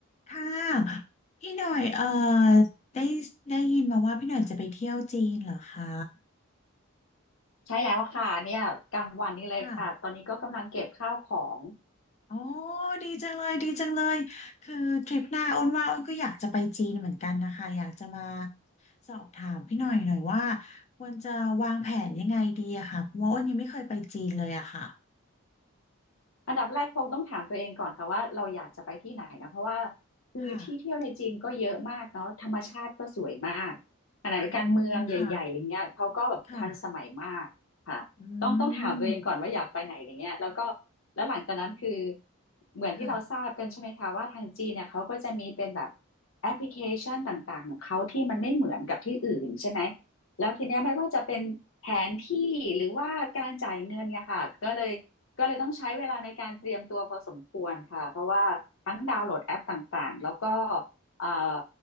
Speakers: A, on the left; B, on the left.
A: ค่ะพี่หน่อยเอ่อได้ได้ยินมาว่าพี่หน่อยจะไปเที่ยวจีนเหรอคะ
B: ใช่แล้วค่ะเนี่ยกลางวันนี้เลยค่ะตอนนี้ก็กำลังเก็บข้าวของ
A: ค่ะอ๋อดีจังเลยดีจังเลยคือทริปหน้าอ้นว่าอ้นก็อยากจะไปจีนเหมือนกันนะคะอยากจะมาสอบถามพี่หน่อยหน่อยว่าควรจะวางแผนยังไงดีอะค่ะเพราะว่าอ้นยังไม่เคยไปจีนเลยอะค่ะ
B: อันดับแรกคงต้องถามตัวเองก่อนค่ะว่าเราอยากจะไปที่ไหนนะเพราะว่าคือที่เที่ยวในจีนก็เยอะมากเนาะธรรมชาติก็สวยมาก
A: ค่ะ
B: ขณะเดียวกันเมืองใหญ่ๆอะไรเงี้ยเขาก็แบบทันสมัยมากค่ะต้องต้องถามตัวเองก่อนว่าอยากไปไหนอะไรเงี้ยแล้วก็
A: อ๋อค่ะค่ะอืม
B: แล้วหลังจากนั้นคือเหมือนที่เราทราบกันใช่ไหมคะว่าทางจีนเนี่ยเขาก็จะมีเป็นแบบ
A: ค่ะ
B: แอปพลิเคชันต่างๆของเขาที่มันไม่เหมือนกับที่อื่นใช่ไหมแล้วทีเนี้ยไม่ว่าจะเป็นแผนที่หรือว่าการจ่ายเงินเนี่ยค่ะก็เลย ก็เลยต้องใช้เวลาในการเตรียมตัวพอสมควรค่ะเพราะว่าทั้งดาวน์โหลดแอปต่างๆแล้วก็เอ่อ